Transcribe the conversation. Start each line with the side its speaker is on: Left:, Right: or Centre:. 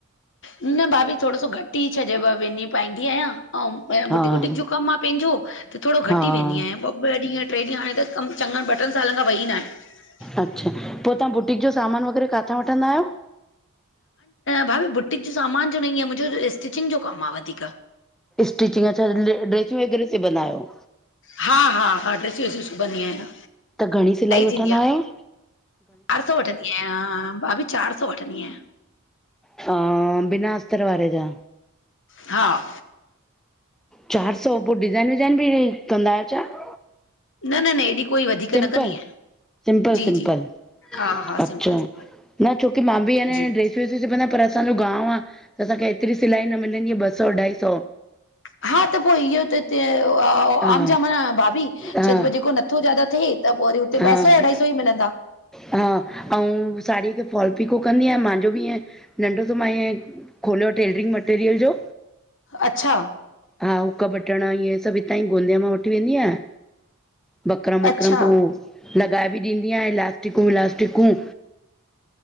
Left: न भाभी थोड़ो सो घटि ई छॾयव विनी पाईंदी आहियां अउं मां
Centre: तव्हां
Left: यो बुटिक वुटिक जो कमु आ पंहिंजो। त थोड़ो
Centre: हा
Left: घट
Centre: हा
Left: ई वेंदी आहियां, ॿ- ॿ ॾींहं, ट्रे ॾींहं हाणे त कम चङनि ॿ ट्रनि सालनि खां वई नायां। अ <inaudible>
Centre: अच्छा, पो तां बुटीक जो सामानु किथां वठंदा आहियो?
Left: भाभी बुटीक जो सामान जो न ईंयं मुंहिंजो स्टिचिंग जो कमु आ वधीक।
Centre: स्टिचिंग अच्छा ड्रेसूं वग़ैरह सिबंदा आहियो?
Left: हा- हा -हा, ड्रेसियूं -वेसियूं सुबंदी आहियां।
Centre: त घणी सिलाई वठंदा
Left: थींदी आ।
Centre: आयो?
Left: चार सौ वठंदी आयां, भाभी चार सौ वठंदी आं।
Centre: हा, बिना अस्तर वारे जा?
Left: हा।
Centre: चारि सौ पो डिज़ाइन विज़ाइन बि ही कंदा आहियो छा?
Left: न न न एॾी कोई वधीक
Centre: सिंपल
Left: न कंदी आहियां।
Centre: सिंपल
Left: जी
Centre: सिंपल,
Left: जी हा हा
Centre: अच्छा
Left: सिंपल सिंपल
Centre: न छोकी मां बि अ न
Left: जी
Centre: ड्रेसू सुबदा आ पर असजो गांव आ, त असांखे एतिरी सिलाई न मिलंदी ॿ सौ अढाई सौ।
Left: हा त पो इहो त हिते,
Centre: हा
Left: आम-जाम आ न भाभी।
Centre: हा
Left: छॾब ॼेको नथो ज्यादा थिए त पो वरी हुते ॿ
Centre: हा
Left: सौ अढाई सौ ई मिलंदा।
Centre: हा, अऊं साड़ी खे फॉल पिको कंदी आहियां मांजो बि इएं, नंढो सो मां ईअं खोलियो टेलरिंग मटैरियल जो,
Left: अच्छा
Centre: हा हुक बटण इये सभु हिताई गोंदिया मां वठी वेंदी आहियां, बकरम-वकरम
Left: अच्छा
Centre: पो लॻाए बि ॾींदी आहियां इलास्टिकूं वलास्टिकूं।